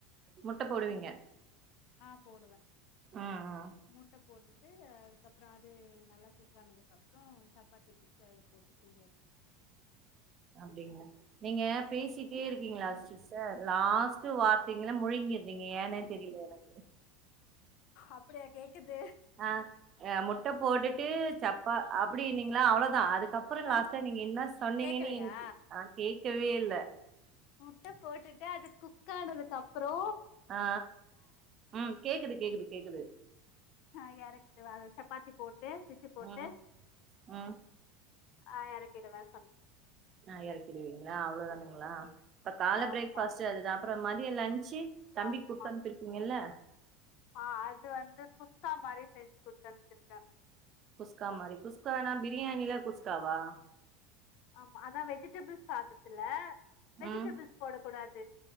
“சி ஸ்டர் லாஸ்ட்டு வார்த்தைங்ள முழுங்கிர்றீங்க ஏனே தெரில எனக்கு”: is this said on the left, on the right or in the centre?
Right